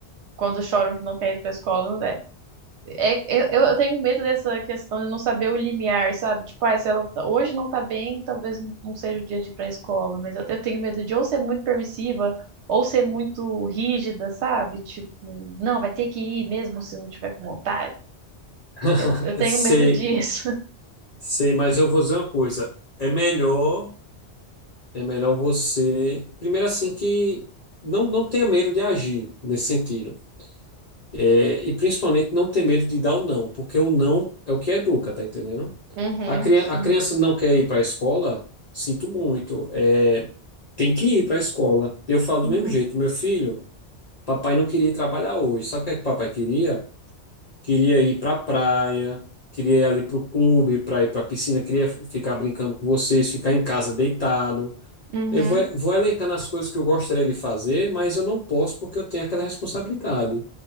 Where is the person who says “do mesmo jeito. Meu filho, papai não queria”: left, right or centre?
Left